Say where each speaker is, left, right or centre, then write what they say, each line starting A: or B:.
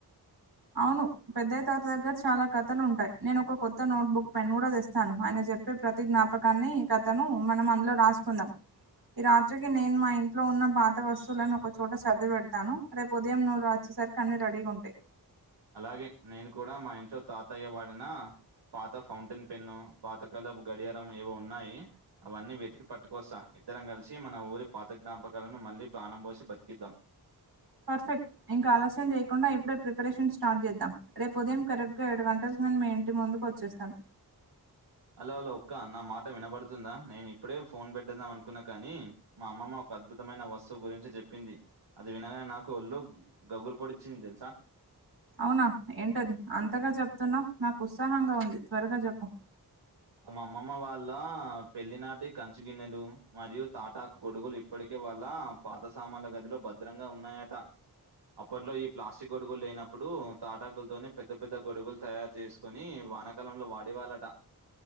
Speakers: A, on the right (about 70°); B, on the right (about 85°).
A: అవును పెద్దయ తాత దగ్గర చాలా కథలు ఉంటాయి నేను ఒక కొత్త నోట్బుక్ పెన్ కూడా తెస్తాను ఆయన చెప్పే ప్రతి జ్ఞాపకాన్ని కథను మనం అందులో రాసుకుందాం ఈ రాత్రికి నేను మా ఇంట్లో ఉన్న పాత వస్తువులను ఒక చోట సర్ది పెడతాను రేపు ఉదయం నువ్వు రాస్ సార్ అన్ని రెడీగా ఉంటాయి
B: అలాగే నేను కూడా మా ఇంట్లో తాతయ్య వాడిన పాత ఫౌంటైన్ పెన్ను పాత కాలపు గడియారం ఏవో ఉన్నాయి అవన్నీ వెతికి పట్టుకొస్తా ఇద్దరం కలిసి మన ఊరి పాత జ్ఞాపకాలను మళ్ళీ ప్రాణం పోసి బతికిద్దాం
A: పర్ఫెక్ట్ ఇంకా ఆలస్యం చేయకుండా ఇప్పుడే ప్రిపరేషన్ స్టార్ట్ చేద్దాం రేపు ఉదయం కరెక్ట్గా ఏడు గంటల నేను మీ ఇంటి ముందుకు వచ్చేస్తాను
B: హలో హలో ఒక్క నా మాట వినబడుతుందా నేను ఇప్పుడే ఫోన్ పెట్టద్దాం అనుకున్నా కాని మా అమ్మమ్మ అద్భుతమైన వస్తువు గురించి చెప్పింది అది వినగానే నాకు ఒళ్ళు గగుర్పొడించింది తెలుసా
A: అవునా ఏంటది అంతగా చెప్తున్నావు నాకు ఉత్సాహంగా ఉంది త్వరగా చెప్పు
B: మా అమ్మమ్మ వాళ్ళ పెళ్లి నాటి కంచు గిన్నెలు మరియు తాటాకు గొడుగులు ఇప్పటికే వాళ్ళ పాత సామాన్ల గదిలో భద్రంగా ఉన్నాయట అప్పట్లో ఈ ప్లాస్టిక్ గొడుగులు లేనప్పుడు తాటాకులతోనే పెద్ద పెద్ద గొడుగులు తయారు చేసుకొని వానాకాలంలో వాడేవాళ్ళట